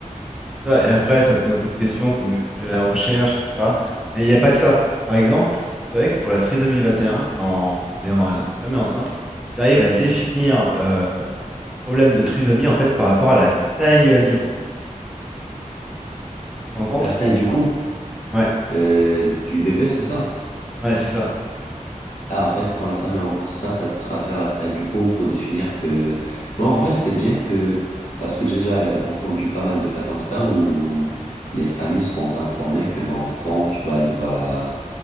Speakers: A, in the centre; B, on the left.
A: C'est ça. Et après, ça pose d'autres questions comme le budget à la recherche, etc. Mais il n'y a pas que ça. Par exemple, tu savais que pour la trisomie 21, quand t'es en- une femme est enceinte, ils arrivent à définir euh, le problème de trisomie en fait par rapport à la taille euh, du cou. Tu te rends compte?
B: La taille du cou.
A: Ouais,
B: euh, du bébé, c'est ça?
A: ouais, c'est ça.
B: Ah, en fait, quand la femme est enceinte, à travers la taille du cou, on peut définir que... Bon, en vrai, c'est bien que... Parce que j'ai déjà euh, entendu pas mal de cas comme ça où les familles sont informées que leur enfant, tu vois, il va...